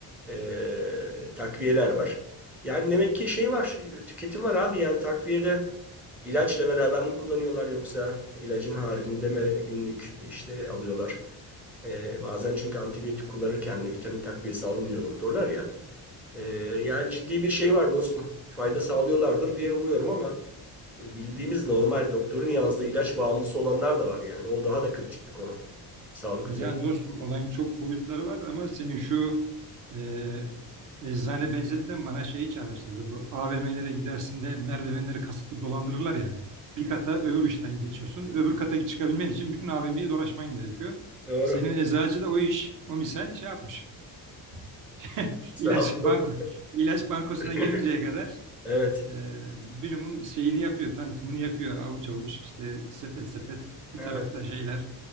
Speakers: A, in the centre; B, on the right.
A: E, takviyeler var. Yani demek ki şey var, tüketim var abi yani takviyede İlaçla beraber mi kullanıyorlar yoksa ilacın haricinde mi günlük işte alıyorlar? Ee, bazen çünkü antibiyotik kullanırken de vitamin takviyesi alın diyor doktorlar ya. Ee, yani ciddi bir şey var dostum. Fayda sağlıyorlardır diye umuyorum ama bildiğimiz normal doktorun yazdığı ilaç bağımlısı olanlar da var yani. O daha da kritik bir konu. Sağlık
B: Yani
A: üzere.
B: dostum olayın çok boyutları var ama senin şu e, eczane benzetmen bana şeyi çağrıştırdı. Bu AVM'lere gidersin de merdivenleri kasıtlı dolandırırlar ya. Bir kata öbür uçtan geçiyorsun. Öbür kata çıkabilmen için bütün AVM'yi dolaşman gerekiyor.
A: Doğru.
B: Senin eczacı da o iş, o misal şey yapmış. <laughs>
A: Sağ
B: İlaç banko,
A: ol.
B: ilaç bankosuna
A: <laughs>
B: gelinceye kadar
A: Evet.
B: e, bilumum şeyini yapıyor, tanıtımını yapıyor. Avuç avuç işte sepet sepet bir
A: Evet.
B: tarafta şeyler,